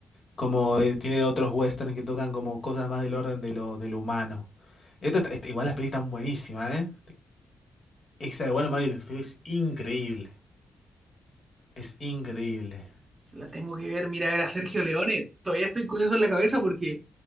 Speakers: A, on the left (about 45°); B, on the right (about 25°).
A: Como eh, tiene otros western que tocan como cosas más del orden de lo, de lo humano. Esto está- este- igual las pelis están buenísimas, ¿eh? Esa de Bueno, Mario y el Feo es increíble. Es increíble.
B: La tengo que ver, mira, era Sergio Leone. Todavía estoy con eso en la cabeza porque